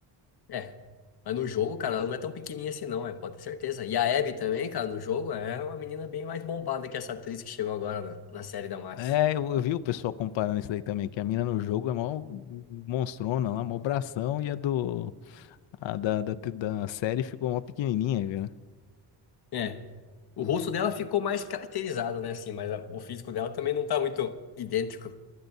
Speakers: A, on the left; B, on the left.
A: É. Mas no jogo, cara, ela não é tão pequenininha assim, não, é, pode ter certeza. E a Abby também, cara, no jogo é uma menina bem mais bombada que essa atriz que chegou agora na, na série da Max.
B: É, eu, eu vi o pessoal comparando isso daí também, que a mina no jogo é mó monstrona lá, mó bração, e a do, A da, da, da série ficou mó pequenininha, cara.
A: É. O rosto dela ficou mais caracterizado, né, assim, mas a- o físico dela também não tá muito idêntico.